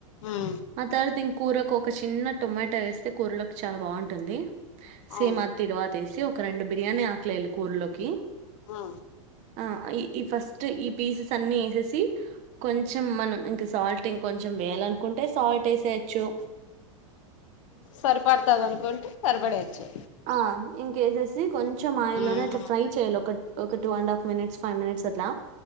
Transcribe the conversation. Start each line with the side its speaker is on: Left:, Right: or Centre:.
Left: ఉమ్
Right: ఆ తర్వాత ఇన్ కూరకు ఒక షీన్నా టొమాటా వేస్తే కూరలోకి చాలా బావుంటుంది సేమ్
Left: అవును
Right: అది తిరువాత వేసి ఒక రెండు బిర్యానీ ఆకులు వెయ్యాలి కూరలోకి
Left: ఉ
Right: ఆ ఈ ఈ ఫస్ట్ ఈ పీసెస్ అన్ని వేసేసి కొంచెం మనం ఇంకా సాల్ట్ ఇంక కొంచెం వేయాలనుకుంటే సాల్ట్ వేసేయచ్చు
Left: సరిపడతది అనుకుంటే సరిపడవచ్చు
Right: ఆ ఇంకా ఏసేసి కొంచెం ఆయిల్లోనే
Left: ఉమ్
Right: ఇట్లా ఫ్రై చేయ్యాలి ఒక్ ఒక two and half minutes five minutes అట్లా